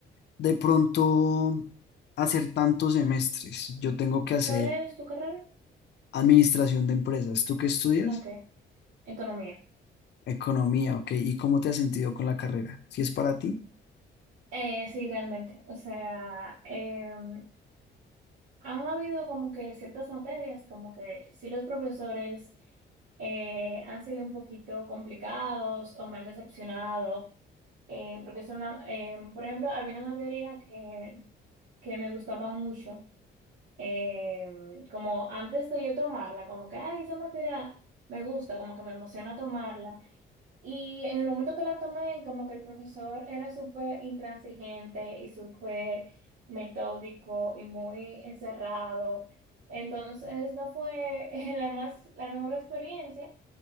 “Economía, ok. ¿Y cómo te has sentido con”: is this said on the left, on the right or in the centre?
Left